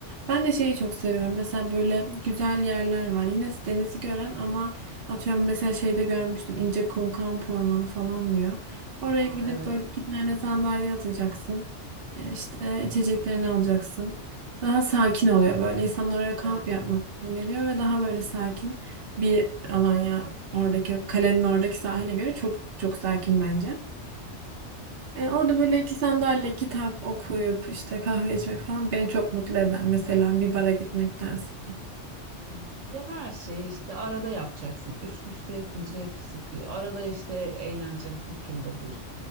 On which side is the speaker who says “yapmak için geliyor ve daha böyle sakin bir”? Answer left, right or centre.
Right